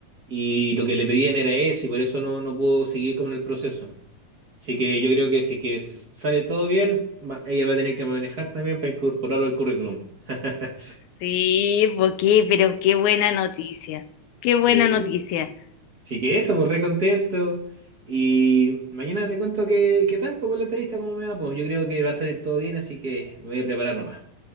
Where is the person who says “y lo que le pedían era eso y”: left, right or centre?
Right